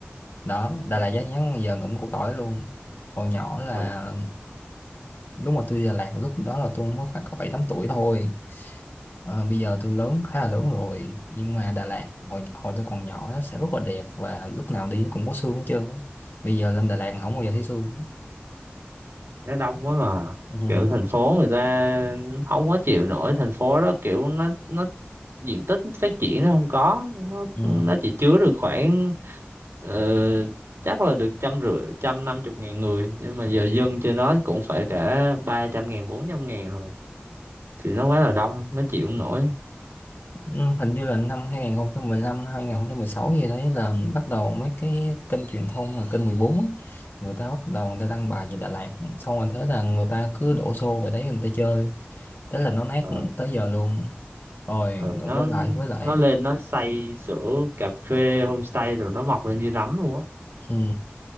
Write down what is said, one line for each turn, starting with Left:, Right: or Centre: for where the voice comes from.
Left: đó Đà Lạt giá nhắn giờ ngậm củ tỏi luôn còn nhỏ là
Right: Mà
Left: lúc mà tôi đi Đà Lạt lúc đó là tôi mới khoảng có bảy tám tuổi thôi Ờ, bây giờ tôi lớn khá là lớn rồi nhưng mà Đà Lạt hồi hồi tôi còn nhỏ nó sẽ rất là đẹp và lúc nào đi cũng có sương hết trơn á. bây giờ lên Đà Lạt không bao giờ thấy sương
Right: nó đông quá mà
Left: ừ.
Right: kiểu thành phố người ta không có chịu nổi thành phố đó kiểu nó nó diện tích phát triển nó không có nó,
Left: Ừ.
Right: nó chỉ chứa được khoảng ờ, chắc là được trăm rưỡi trăm năm chục ngàn người nhưng mà giờ dân trên nó cũng phải cả ba trăm ngàn bốn trăm ngàn rồi thì nó quá là đông nó chịu không nổi
Left: Ừ, hình như là năm 2015 sáu gì đấy là bắt đầu mấy cái kênh truyền thông là kênh 14 á, người ta bắt đầu người ta đăng bài về Đà Lạt xong rồi thế là người ta cứ đổ xô về đấy người ta chơi thế là nó nát
Right: ờ
Left: tới giờ luôn rồi
Right: ờ nó
Left: quay lại với lại
Right: nó lên nó xây sửa cà phê homestay rồi nó mọc lên như nấm luôn á
Left: ừ.